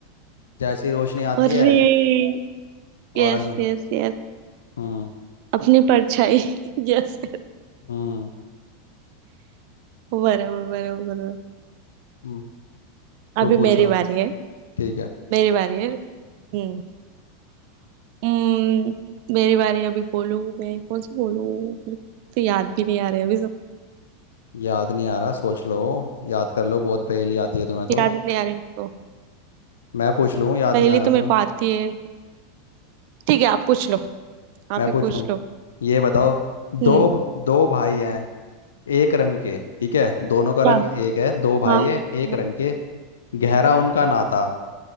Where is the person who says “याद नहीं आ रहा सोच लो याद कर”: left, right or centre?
Left